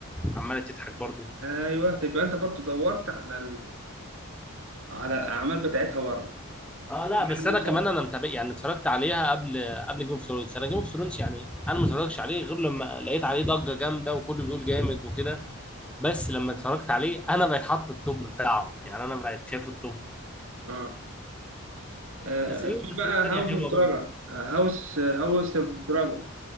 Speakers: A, in the centre; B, on the right.
A: عمالة تضحك برضو
B: ايوه تبقى انت برضو دورت على على الأعمال بتاعتها بره
A: اه لا
B: بعد
A: بس
B: ما
A: انا
B: يخلص.
A: كمان انا متابع يعني اتفرجت عليها قبل قبل جيم اوف ثرونز انا جيم اوف ثرونز يعني انا ما اتفرجش عليه غير لما لقيت عليه ضجه جامده وكله بيقول جامد وكده بس لما اتفرجت عليه انا بقيت حاطط التوب بتاعه يعني انا بقيت شايف التوب
B: اه آه،
A: بس في
B: في
A: مسلسلات
B: بقى
A: تانية
B: هاوس
A: حلوه
B: اوف دراجون
A: برضه
B: هاوس هاوس اوف دراجون